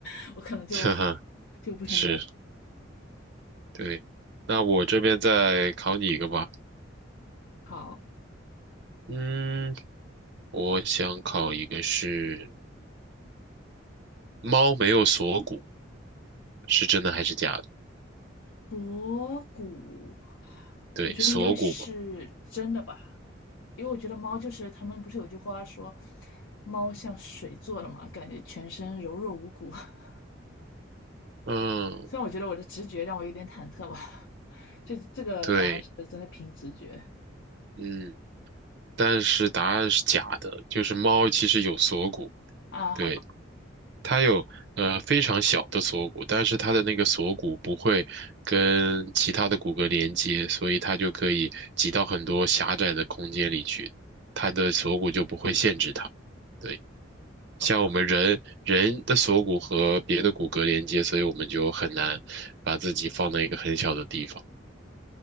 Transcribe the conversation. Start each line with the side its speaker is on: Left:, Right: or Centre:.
Left: <laughs> 我可能就
Right: <laughs> 哈哈，
Left: 就不是很感。
Right: 是，对。那我这边再考你一个吧。
Left: 好，
Right: 嗯，我想考一个是猫没有锁骨，是真的还是假的？
Left: 博古，
Right: 对，
Left: 我觉得应该是真的吧，
Right: 锁骨嘛。
Left: 因为我觉得猫就是他们不是有句话说，猫像水做的嘛，感觉全身柔弱无骨。<laughs>
Right: 嗯，
Left: 虽然我觉得我的直觉让我有点忐忑吧，<laughs> 这这个答案是真的凭直觉
Right: 对，嗯，但是答案是假的，就是猫其实有锁骨。
Left: 啊，好吧，
Right: 对。它有呃非常小的锁骨，但是它的那个锁骨不会跟其他的骨骼连接，所以它就可以挤到很多狭窄的空间里去，它的锁骨就不会限制它。对，
Left: 好吧，
Right: 像我们人人的锁骨和别的骨骼连接，
Left: 好吧，
Right: 所以我们就很难把自己放在一个很小的地方。